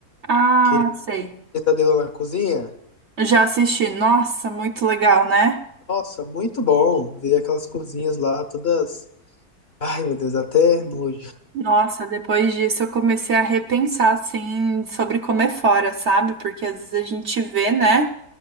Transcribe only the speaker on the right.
Ah,
sei.
Eu Já assisti. Nossa, muito legal, né?
Nossa, depois disso eu comecei a repensar, assim, sobre comer fora, sabe? Porque às vezes a gente vê, né?